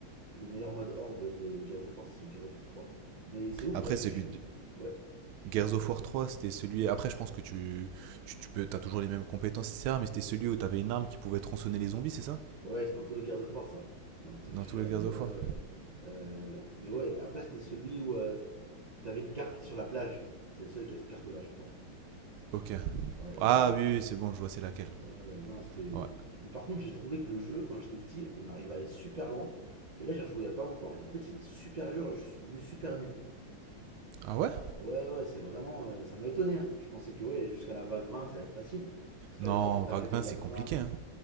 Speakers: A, on the right; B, on the right.
A: le meilleur mode horde de Gears of War, c'est Gears of War 3. Mais c'est ouf
B: Après,
A: parce
B: celui
A: que je suis.
B: de
A: Ouais.
B: Gears of War 3, c'était celui. Après, je pense que tu, tu, tu peux, t'as toujours les mêmes compétences, etc. Mais c'était celui où t'avais une arme qui pouvait tronçonner les zombies, c'est ça
A: Ouais, c'est dans tous les Gears of War ça. Dans tout que
B: Dans
A: tu
B: tous
A: l'as,
B: les Gears
A: mais ouais,
B: of War
A: ouais. Euh, mais ouais, après c'était celui où euh, t'avais une carte qui est sur la plage. C'est le seul qui a cette carte-là, je crois.
B: Ok.
A: Ouais,
B: Ah
A: il est-
B: oui, oui, c'est bon, je vois c'est laquelle.
A: ouais, ouais, non, c'était.
B: Ouais.
A: Mais par contre, j'ai trouvé que le jeu, quand j'étais petit, on arrivait à aller super loin. Et là, j'ai rejoué il y a pas longtemps, et en fait, il est super dur, je suis devenu super nul.
B: Ah ouais
A: Ouais, ouais, c'est vraiment. euh, ça m'a étonné. hein. Je pensais que ouais, jusqu'à la vague 20 ça allait être facile. Parce qu'à
B: Non,
A: l'époque, on tapait
B: Vague
A: des
B: 20,
A: vagues
B: c'est compliqué.
A: vingt
B: Hein.